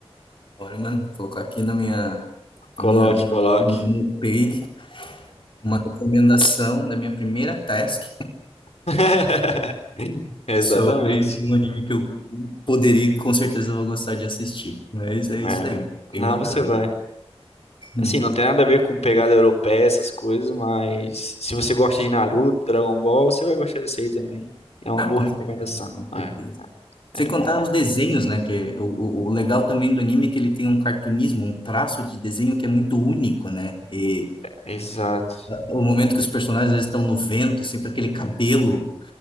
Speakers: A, on the left (about 55°); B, on the left (about 85°).
A: Olha, mano, vou colocar aqui na minha,
B: Coloque,
A: na minha, no
B: coloque.
A: meu page uma recomendação da minha primeira task
B: <laughs> Exatamente.
A: <laughs> sobre um anime que eu poderia e com certeza vou gostar de assistir. Mas é
B: É.
A: isso aí,
B: Não,
A: bem bacana.
B: você vai.
A: Uhum.
B: Assim, não tem nada a ver com pegada europeia, essas coisas, mas se você gosta de Naruto, Dragon Ball, você vai gostar desse aí também. É uma
A: Ah,
B: boa
A: com
B: recomendação.
A: certeza, com certeza.
B: É, é
A: Sem contar
B: bom. né?
A: os desenhos, né? Que o, o o legal também do anime é que ele tem um cartunismo, um traço de desenho que é muito único, né? E
B: Exato.
A: o momento que os personagens às vezes, estão no vento, sempre aquele cabelo